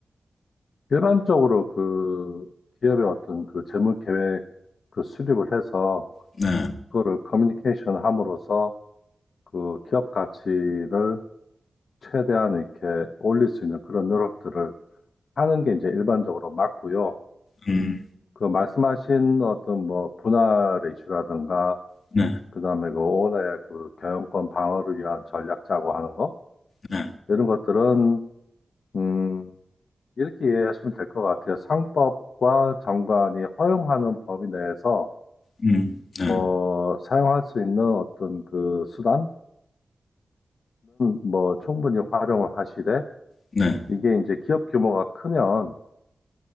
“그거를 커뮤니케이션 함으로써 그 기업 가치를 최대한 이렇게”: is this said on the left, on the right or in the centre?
Left